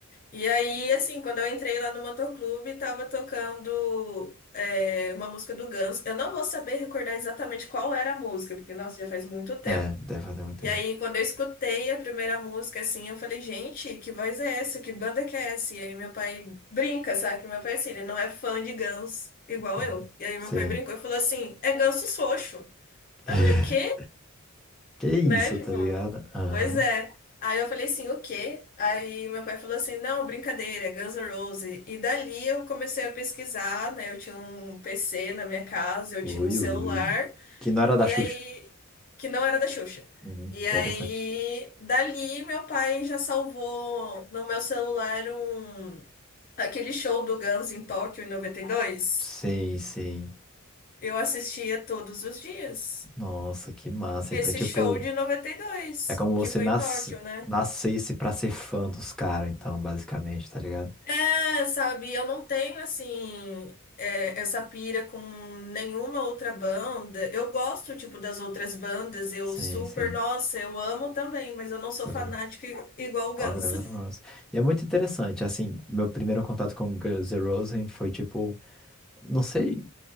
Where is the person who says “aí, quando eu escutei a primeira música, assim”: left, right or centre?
Left